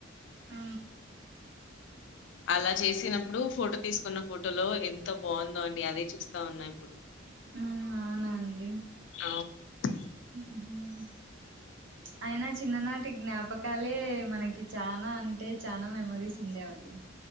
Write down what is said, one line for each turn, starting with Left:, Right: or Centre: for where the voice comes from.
Right: ఆ
Left: అలా చేసినప్పుడు ఫోటో తీసుకున్న ఫోటోలో ఎంత బాగుందో అని అదే చూస్తా ఉన్నా ఇప్పుడు
Right: ఆ అవునండి
Left: అవునండి.
Right: ఉహుం. అయినా చిన్ననాటి జ్ఞాపకాలే మనకి చాలనా అంటే చనా మెమరీస్ ఉండే అవి